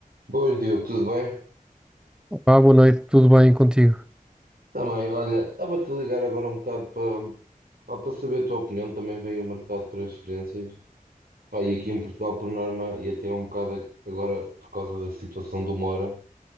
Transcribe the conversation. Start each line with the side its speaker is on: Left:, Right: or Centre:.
Right: Boas, Diogo, tudo bem?
Centre: Ah, boa noite, tudo bem contigo?
Right: Também, olha, estava-te a ligar agora um bocado para pá, para saber a tua opinião. Também veio o mercado de transferências. Pá, e aqui em Portugal, por norma, e até um bocado agora por causa da situação do Moura